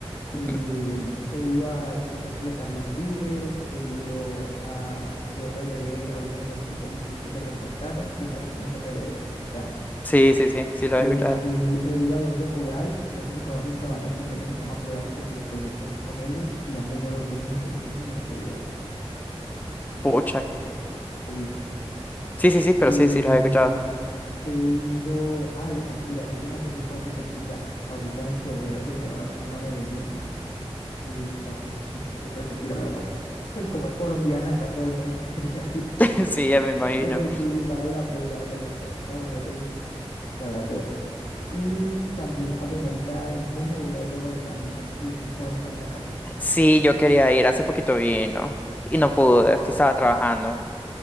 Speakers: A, on the left; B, on the left.
A: <laughs>
B: Eh,
A: Ujú.
B: he ido a conciertos de Carlos Vives, he ido al de RBD ahorita en el 2023 que se reencontraron, si sabes quién es RBD, los mexicanos, ¿verdad?
A: Sí, sí, sí, sí los
B: Eh,
A: he escuchado.
B: fui, he ido a dos de Kudai, no sé si conoces esa banda chilena que se llama Kudai porque pues yo crecí con ellos y han venido dos veces a Medellín y he podido ir, no sé si los,
A: Pucha.
B: los, con- los ubicas.
A: Sí, sí, sí, pero
B: Em,
A: sí, sí los he escuchado.
B: he ido al de Shakira, el último que fui fue al de Shakira, ahorita en febrero que vinieron a- vino a Medellín Y no, ese concierto de Shakira era la locura. Pues como es colombiana, acá todo el mundo <laughs> quería ir,
A: <laughs> Sí, ya me imagino.
B: pero sí, vale la pena, o sea, esa, esa mujer es la da toda. Y también, ah, bueno, ahorita en junio voy a ir a uno de Camilo, sí, sí, conoces también a Camilo.
A: Sí, yo quería ir. Hace poquito vino y no pude, estaba trabajando,